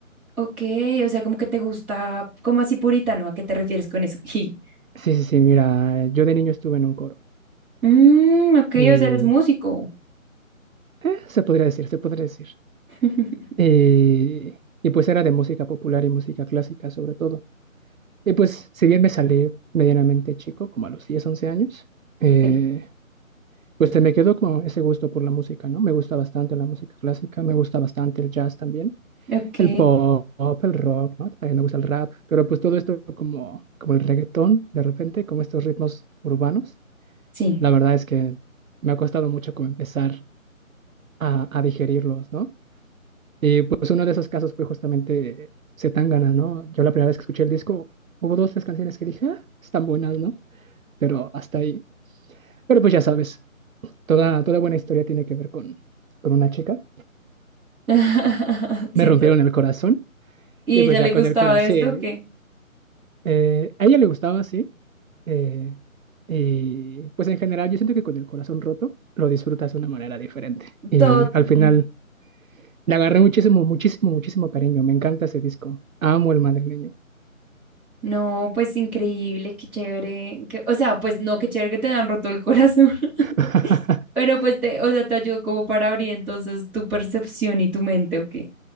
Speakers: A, in the centre; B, on the right.
A: ok, o sea, como que te gusta, como así puritano, ¿a qué te refieres con eso? <laughs>
B: Sí, sí, sí, mira, yo de niño estuve en un coro
A: Mm, ok,
B: y
A: o sea, eres músico.
B: eh, se podría decir, se podría decir.
A: <laughs>
B: Y, y pues era de música popular y música clásica sobre todo. Y pues si bien me salí medianamente chico, como a los 10 11 años, eh,
A: Sí.
B: pues se me quedó como ese gusto por la música, ¿no? Me gusta bastante la música clásica, me gusta bastante el jazz también,
A: Ok,
B: el pop, el rock, ¿no? También me gusta el rap, pero pues todo esto como, como el reggaetón, de repente, como estos ritmos urbanos,
A: sí.
B: la verdad es que me ha costado mucho como empezar a, a digerirlos, ¿no? Y pues uno de esos casos fue justamente Zetangana, ¿no? Yo la primera vez que escuché el disco, hubo dos, tres canciones que dije, ah, están buenas, ¿no? Pero hasta ahí. Pero pues ya sabes, toda, toda buena historia tiene que ver con, con una chica.
A: <laughs> Sí,
B: me rompieron
A: to-
B: el corazón.
A: ¿Y
B: Y
A: ella
B: pues
A: le
B: ya
A: gustaba
B: con el corazón,
A: esto
B: sí,
A: o qué?
B: eh, a ella le gustaba, sí. eh, y pues en general yo siento que con el corazón roto lo disfrutas de una manera diferente. Y
A: Todo,
B: al final
A: mm,
B: le agarré muchísimo, muchísimo, muchísimo cariño. Me encanta ese disco. Amo el madrileño.
A: No, pues increíble, qué chévere. que- o sea, pues no, qué chévere que te han roto el corazón. <laughs>
B: <laughs>
A: Pero pues te, o sea, te ayudó como para abrir entonces tu percepción y tu mente, ¿o qué?